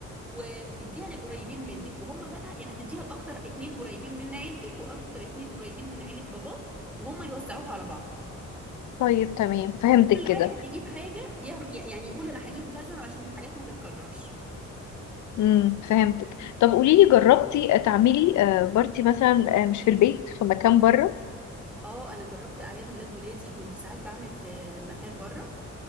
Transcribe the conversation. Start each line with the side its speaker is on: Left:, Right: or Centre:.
Centre: وتديها للقريبين منك وهم بقى يعني هتديها لاكتر اتنين قريبين من عيلتك واكتر اتنين قريبين من عيلة باباه وهم يوزعوها على بعض
Left: طيب تمام فهمتك
Centre: وكل
Left: كده
Centre: واحد يجيب حاجة يعم- يعني يقول انا هجيب كذا علشان الحاجات ما تتكررش
Left: امم فهمتك طب قولي لي جربتي تعملي آه، بارتي مثلا آه، مش في البيت في مكان بره
Centre: اه انا جربت اعياد ميلاد ولادي كنت ساعات بعمل في مكان بره